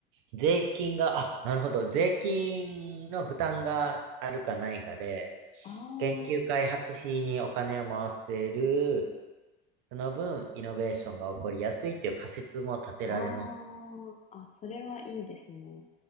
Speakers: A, on the right; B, on the left.
A: 税金が、あ、なるほど。税金の負担があるかないかで、
B: あ
A: 研究開発費にお金を回せる、その分、イノベーションが起こりやすいっていう仮説も立てられます。
B: あ、ああ、あ、それはいいですね。